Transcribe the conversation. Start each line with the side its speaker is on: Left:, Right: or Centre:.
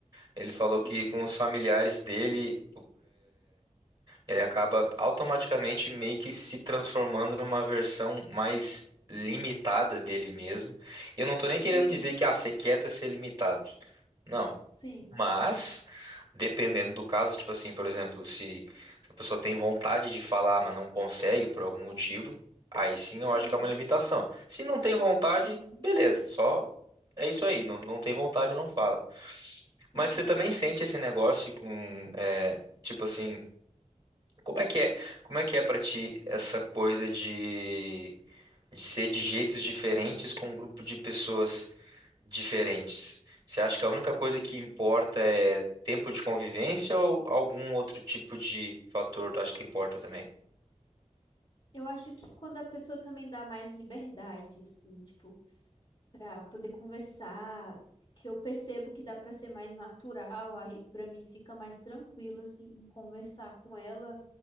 Right: Ele falou que
Left: uhum,
Right: com os familiares dele, ele acaba automaticamente meio que se transformando numa versão mais limitada dele mesmo. E eu não tô nem querendo
Left: uhum,
Right: dizer que ah, ser quieto é ser limitado. Não,
Left: sim.
Right: mas dependendo do caso, tipo assim, por exemplo, se, se a pessoa tem vontade de falar, mas não consegue por algum motivo, aí sim eu
Left: Uhum,
Right: acho que é uma limitação. Se não tem vontade,
Left: uhum,
Right: beleza, só é isso aí, não, não tem vontade, não fala. Mas
Left: uhum,
Right: você também sente esse negócio com, é, tipo assim, como é que é, como é que é para ti essa coisa de, de ser de jeitos diferentes com um grupo de pessoas diferentes? Você acha que a única coisa
Left: uhum.
Right: que importa é tempo de convivência ou algum outro tipo de fator tu acha que importa também?
Left: Eu acho que quando a pessoa também dá mais liberdade, assim, tipo, pra poder conversar, que eu percebo que dá pra ser mais natural, aí pra mim fica mais tranquilo, assim, em conversar com ela,